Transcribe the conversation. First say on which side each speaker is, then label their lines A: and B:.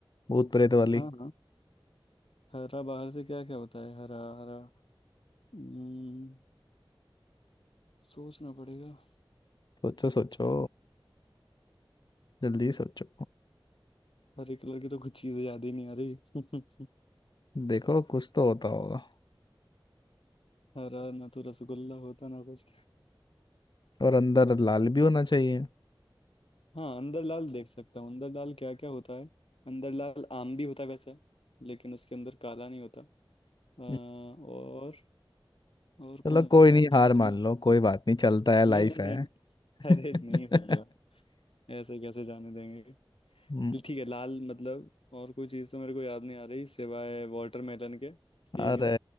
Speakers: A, on the left (about 55°); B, on the left (about 80°).
A: भूत प्रेत वाली
B: हाँ हाँ हरा बाहर से क्या क्या होता है हरा हरा हम्म सोचना पड़ेगा
A: सोचो सोचो जल्दी सोचो
B: हरे कलर की तो कुछ चीजें याद ही नहीं आ रही <laughs>
A: देखो कुछ तो होता होगा
B: हरा ना तो रसगुल्ला होता ना कुछ
A: और अंदर लाल भी होना चाहिए
B: हाँ अंदरलाल देख सकता हूँ अंदरलाल क्या क्या होता है अंदरलाल आम भी होता है वैसे लेकिन उसके अंदर काला नहीं होता अ, और
A: हम्म,
B: और
A: चलो
B: कौन
A: कोई
B: सा
A: नहीं
B: होता
A: हार
B: है चीज
A: मान लो कोई बात नहीं चलता है लाइफ
B: नहीं नहीं
A: है
B: नहीं
A: <laughs>
B: अरे नहीं भैया ऐसे कैसे जाने देंगे
A: हम्म,
B: ठीक है लाल मतलब और कोई चीज तो मेरे को याद नहीं आ रही सिवाय वाटरमेलन के ठीक
A: अरे
B: है